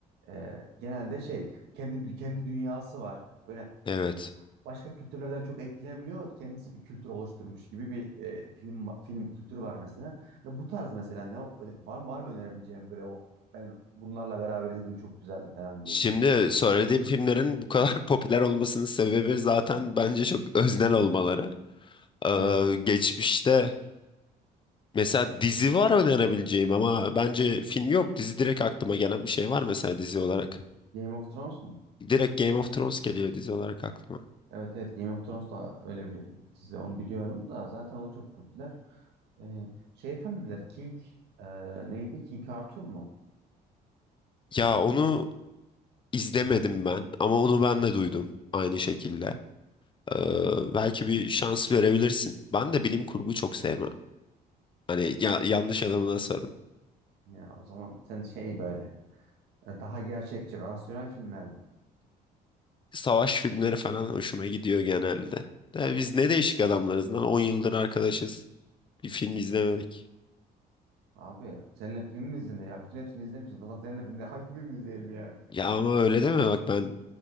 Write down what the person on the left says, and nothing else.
evet.
Şimdi
söylediğim filmlerin bu kadar <laughs> popüler olmasının sebebi zaten bence çok öznel olmaları. Ee,
geçmişte mesela dizi var önerebileceğim ama bence film yok. Dizi direkt aklıma gelen bir şey var mesela dizi olarak.
Direkt Game of Thrones geliyor dizi olarak aklıma.
Ya onu izlemedim ben ama onu ben de duydum aynı şekilde. Ee,
belki bir şans verebilirsin. Ben de bilim kurgu çok sevmem. Hani ya- yanlış adamına sorun.
Savaş filmleri falan hoşuma gidiyor genelde. De biz ne değişik adamlarız lan On yıldır arkadaşız. Bir film izlemedik.
Ya ama öyle deme bak ben